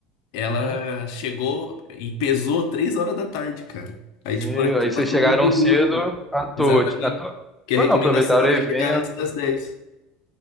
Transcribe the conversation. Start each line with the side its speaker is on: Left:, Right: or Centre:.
Left: ela
Centre: Uhum.
Left: chegou e pesou 3 horas da tarde, cara. Aí,
Centre: Meu,
Left: tipo, a gente
Centre: aí vocês
Left: achou
Centre: chegaram
Left: muito injusto.
Centre: cedo à toa.
Left: Exatamente.
Centre: À toa.
Left: Que
Centre: Ou
Left: a recomendação
Centre: não, aproveitaram
Left: era
Centre: o evento.
Left: chegar antes das dez